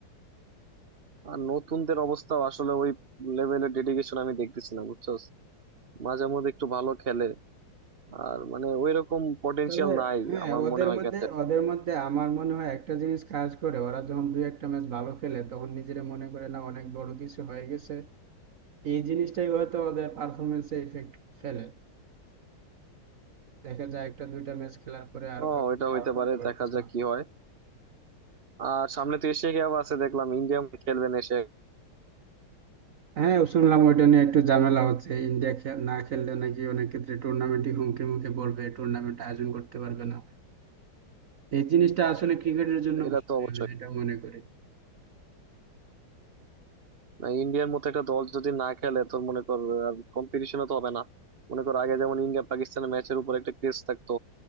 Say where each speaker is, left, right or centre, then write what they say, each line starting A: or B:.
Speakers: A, on the right; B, on the right.
A: আর নতুনদের অবস্থা আসলে ওই লেভেলের ডেডিকেশন আমি দেখতেছি না বুঝছো মাঝে মধ্যে একটু ভালো খেলে আর মানে ওই রকম পটেনশিয়াল
B: তবে
A: নাই
B: হ্যাঁ
A: আমার
B: ওদের
A: মনে হয়
B: মধ্যে
A: কাছে
B: ওদের মধ্যে আমার মনে হয় একটা জিনিস কাজ করে ওরা যখন দুই একটা ম্যাচ ভালো খেলে তখন নিজেরা মনে করে না অনেক বড় কিছু হয়ে গেছে এই জিনিসটাই হয়তো ওদের পারফরমেন্সে ইফেক্ট ফেলে দেখা যায় একটা দুইটা ম্যাচ খেলার পরে আর ওইভাবে
A: ও এটা
B: ভালো
A: হইতে
B: খেলতে
A: পারে
B: পারতেছে
A: দেখা যাক
B: না
A: কি হয় আর সামনে তো এশিয়া কাপ আছে দেখলাম ইন্ডিয়া খেলবেন এশিয়া
B: হ্যাঁ শুনলাম ওইটা নিয়ে একটু ঝামেলা হচ্ছে ইন্ডিয়া খে- না খেললে নাকি অনেক ক্ষেত্রে টুর্নামেন্টই হুমকির মুখে পড়বে টুর্নামেন্ট আয়োজন করতে পারবে না এই জিনিসটা আসলে ক্রিকেটের জন্য
A: এটা
B: ভালো
A: তো
B: না,
A: অবশ্যই
B: আমি যেটা মনে করি
A: না ইন্ডিয়ার মতো একটা দল যদি না খেলে তোর মনে কর কম্পিটিশনও তো হবে না মনে কর আগে যেমন ইন্ডিয়া পাকিস্তানের ম্যাচের উপর একটা ক্রেজ থাকতো